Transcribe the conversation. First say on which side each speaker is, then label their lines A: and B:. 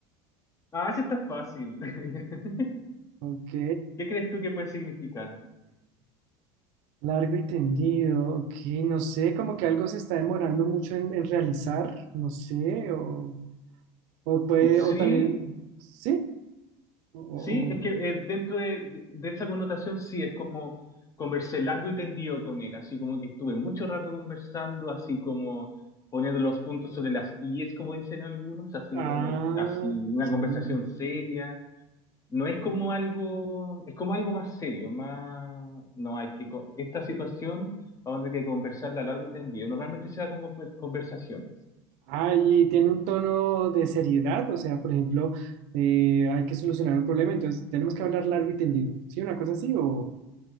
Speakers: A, on the left; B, on the right.
A: Ah, sí está fácil. <laughs>
B: ok,
A: ¿Qué crees tú que puede significar?
B: largo y tendido, ok, no sé, como que algo se está demorando mucho en, en realizar, no sé, o, o puede, o
A: Sí,
B: también, sí, o, o-
A: sí, es
B: o-
A: que eh, dentro de, de esa connotación sí, es como conversé largo y tendido con él, así como que estuve mucho rato conversando, así como poniendo los puntos sobre las es como dicen algunos, así
B: ah,
A: como así una conversación
B: ya.
A: seria. no es como algo, es como algo más serio, más, no hay que, co- esta situación vamos a tener que conversarla largo y tendido. Normalmente se da con conver- conversaciones.
B: Ah, y tiene un tono de seriedad, o sea, por ejemplo, eh, hay que solucionar un problema, entonces tenemos que hablar largo y tendido, ¿sí? Una cosa así, o,